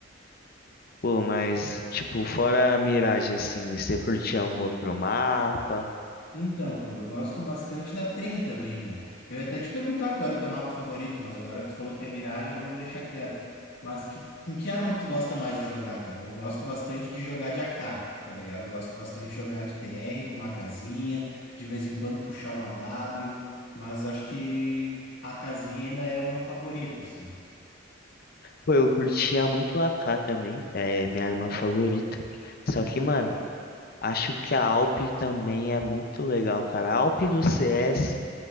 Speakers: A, on the left (about 50°); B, on the left (about 65°).
A: pô, mas tipo, fora a miragem assim, você curtia um outro mapa.
B: Então, pô, eu gosto bastante da Trem também, né? Eu ia até te perguntar qual era o teu mapa favorito, mas agora que tu falou que é Mirage, vamos deixar quieto. Mas que, com que arma que tu gosta mais de jogar, cara? Eu gosto bastante de jogar de AK, tá ligado? Eu gosto bastante de jogar de TR com uma casinha, de vez em quando puxar uma W, mas acho que a casinha ainda é o meu favorito, assim.
A: Pô, eu curtia muito a AK também, é minha arma favorita. Só que, mano, acho que a Alp também é muito legal, cara. A Alp do CS,